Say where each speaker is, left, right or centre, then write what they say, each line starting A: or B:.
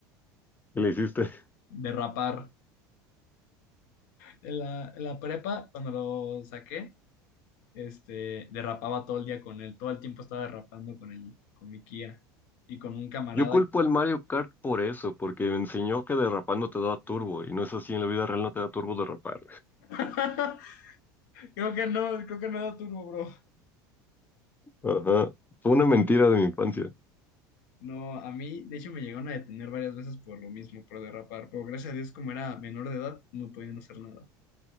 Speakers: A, on the left; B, on the left.
A: ¿Qué le hiciste?
B: Derrapar. En la, en la prepa, cuando lo saqué, este, derrapaba todo el día con él. Todo el tiempo estaba derrapando con él, con mi Kia. Y con un camarada.
A: Yo culpo al Mario Kart por eso, porque me enseñó que derrapando te da turbo, y no es así, en la vida real no te da turbo derrapar.
B: <laughs> Creo que no, creo que no era turbo, bro.
A: Ajá, fue una mentira de mi infancia.
B: No, a mí, de hecho, me llegaron a detener varias veces por lo mismo, por derrapar. Pero gracias a Dios, como era menor de edad, no podían hacer nada.